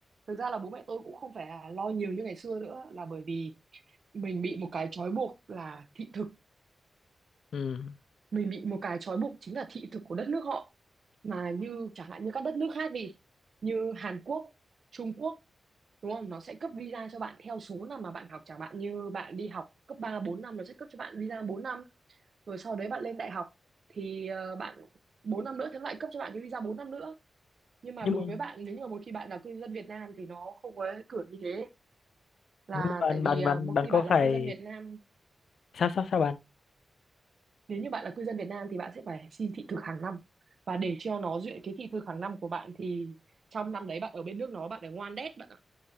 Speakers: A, on the right; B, on the left.
A: thực ra là bố mẹ tôi cũng không phải là lo nhiều như ngày xưa nữa là bởi vì mình bị một cái trói buộc là thị thực,
B: Ừm,
A: mình bị một cái trói buộc chính là thị thực của đất nước họ. Mà như chẳng hạn như các đất nước khác đi, như Hàn Quốc, Trung Quốc đúng không? Nó sẽ cấp visa cho bạn theo số năm mà bạn học chẳng hạn như bạn đi học cấp 3 4 năm nó sẽ cấp cho bạn visa 4 năm rồi sau đấy bạn lên đại học thì ờ, bạn 4 năm nữa thì nó lại cấp cho bạn cái visa 4 năm nữa nhưng mà
B: nhưng
A: đối
B: mà
A: với bạn nếu như mà một khi bạn là cư dân Việt Nam thì nó không có cửa như thế là
B: nhưng mà
A: tại
B: bạn
A: vì
B: bạn
A: ờ,
B: bạn
A: một
B: bạn
A: khi
B: có
A: bạn là
B: phải
A: cư dân Việt Nam
B: sao sao sao bạn
A: nếu như bạn là cư dân Việt Nam thì bạn sẽ phải xin thị thực hàng năm và để cho nó duyệt cái thị thực hàng năm của bạn thì trong năm đấy bạn ở bên nước nó bạn phải ngoan đét bạn ạ